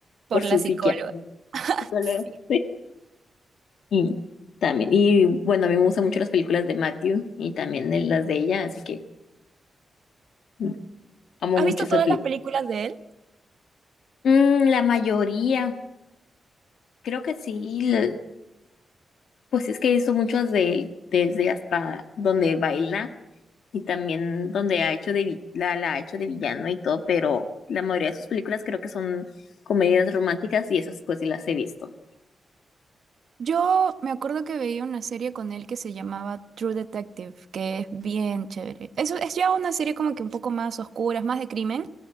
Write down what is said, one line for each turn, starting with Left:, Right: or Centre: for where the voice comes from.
Right: Por
Left: por su
Right: la psicóloga.
Left: psiquiatra.
Right: <laughs>
Left: Solo-
Right: Sí.
Left: sí. Y también, y bueno, a mí me gustan mucho las películas de Matthew y también el- las de ella, así que mm, amo
Right: ¿Has
Left: mucho
Right: visto
Left: esa
Right: todas
Left: película.
Right: las películas de él?
Left: Mm, la mayoría, creo que sí, la- pues es que he visto muchas de él, desde hasta donde baila Y también donde ha hecho de vi- la, la ha hecho de villano y todo, pero la mayoría de sus películas creo que son comedias románticas y esas pues sí las he visto.
Right: Yo me acuerdo que veía una serie con él que se llamaba True Detective, que es bien chévere. Eso es ya una serie como que un poco más oscura, es más de crimen,